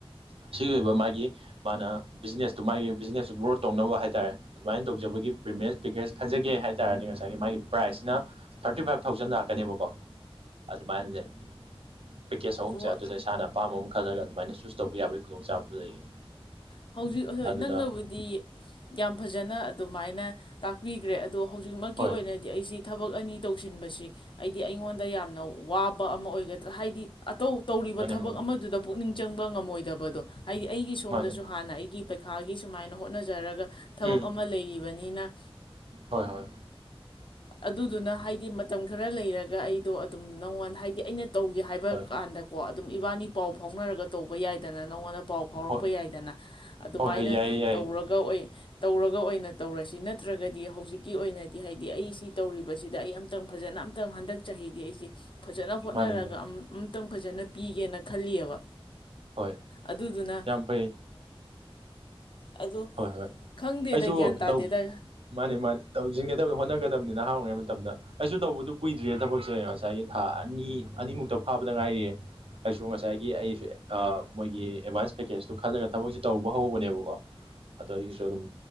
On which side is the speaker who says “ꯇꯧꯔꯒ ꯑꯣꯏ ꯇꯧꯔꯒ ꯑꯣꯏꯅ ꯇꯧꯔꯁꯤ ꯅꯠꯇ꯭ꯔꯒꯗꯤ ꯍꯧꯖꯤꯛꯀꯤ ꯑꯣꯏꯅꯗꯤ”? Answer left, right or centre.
Left